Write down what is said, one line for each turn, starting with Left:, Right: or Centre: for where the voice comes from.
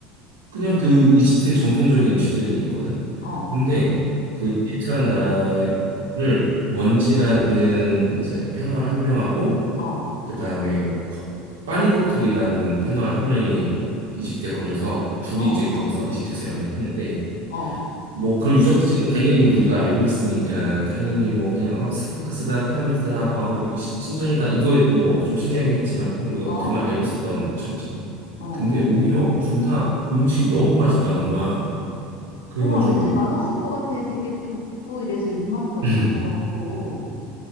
Right: 그냥 그 이집트의 전통적인 음식들이 있거든.
Left: 어,
Right: 근데 그 이집트란 나라를 원지라는 이제 패널 한 명하고
Left: 어,
Right: 그 다음에 빠니보틀이라는 패널 한 명이 이집트에 걸려서 둘이
Left: 어,
Right: 이제 거기서 이집트에서 여행을 했는데
Left: 어,
Right: 뭐 그런 유적지는 당연히 우리가 알고 있으니까 당연히 뭐 그냥 어, 스핑크스다 피라미드다 아 이게 시- 신전이다 이거 뭐 좀 신기하긴 했지만 우리가
Left: 어,
Right: 어떻게 보면 알고 있었던 점이잖아.
Left: 어.
Right: 근데 오히려 둘 다 음식이 너무 맛있다는 거야. 그래가지고
Left: 우와, 왠지 맛없을 것 같아. 되게 덥고 이래서 입맛도 없을
Right: <clears throat>
Left: 것 같고.